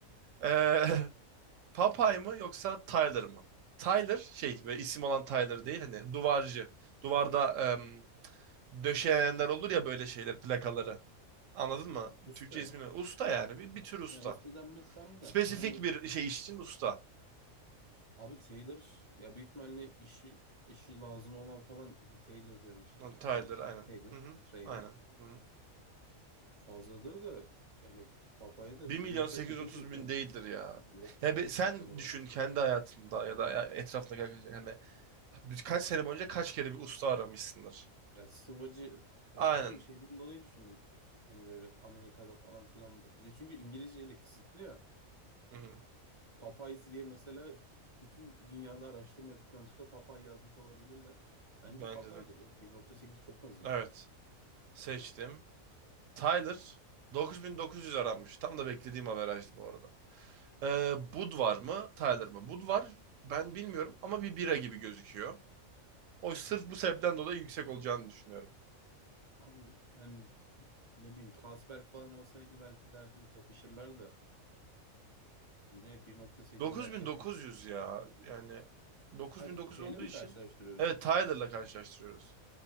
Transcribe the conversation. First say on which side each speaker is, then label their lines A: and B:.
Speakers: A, on the right; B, on the right.
A: Ee, <laughs> Popeye mı yoksa Tyler mı? Tyler şey böyle isim olan Tyler değil hani duvarcı. Duvarda em, döşeyenler olur ya böyle şeyler plakaları. Anladın mı?
B: Usta
A: Türkçe
B: yani.
A: ismini. Usta yani bir, bir tür usta.
B: Ya usta denmezsem
A: Spesifik
B: de anladım.
A: bir şey iş için usta.
B: Abi Taylor ya büyük ihtimalle işi işi lazım olan falan Taylor diyorum işte.
A: Tyler
B: Yani
A: aynen.
B: tam Taylor,
A: Hı hı.
B: Trailer.
A: Aynen. Hı hı.
B: Fazladır da yani Papa'ya da
A: Bir milyon
B: 1.8
A: sekiz yüz otuz
B: dedik
A: bin
B: değil mi?
A: değildir ya.
B: Yok
A: Ya
B: ya
A: bir- sen
B: o kadar olmaz.
A: düşün kendi hayatında ya da ya etrafındaki arkadaşlar. Yani bir- kaç sene boyunca kaç kere bir usta aramışsındır.
B: Ya sıvacı yani
A: Aynen.
B: atıyorum bir şeyden dolayı düşündüm. Hani böyle Amerika'da falan filan. Bir de çünkü İngilizceyle kısıtlı ya.
A: Hı-hı.
B: Popeyes diye mesela <laughs> bütün dünyada araştırma yapıp yanlışlıkla Popeye yazmış olabilirler. Bence
A: Bence
B: Popeye'dir
A: de.
B: ya. 1.8 çok fazla.
A: Evet. Seçtim. Tyler dokuz dokuz bin dokuz yüz aranmış. Tam da beklediğim averajdı bu arada. Ee, Bud var mı? Tyler mı? Bud var. Ben bilmiyorum ama bir bira gibi gözüküyor. O sırf bu sebepten dolayı yüksek olacağını düşünüyorum.
B: Abi yani ne bileyim Kasbel falan olsaydı belki derdim kapışırlar da yine 1.8'e
A: 9900
B: yaklaşamazdım.
A: ya. Yani 9900
B: Ha şeyle
A: olduğu
B: mi
A: için
B: karşılaştırıyoruz?
A: evet Tyler'la karşılaştırıyoruz.